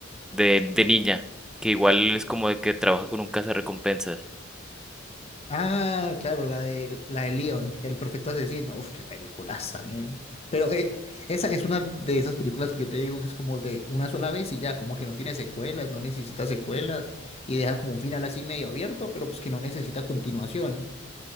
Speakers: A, in the centre; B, on the left.
A: de, de niña, que igual es como de que trabaja con un cazarrecompensas.
B: Ah, claro, la de la de Leon, El perfecto asesino. Uf, qué peliculaza, men. Pero eh, esa es una de esas películas que yo te digo que es como de una sola vez y ya, como que no tiene secuelas, no necesita secuelas y deja como un final así medio abierto, pero pues que no necesita continuación.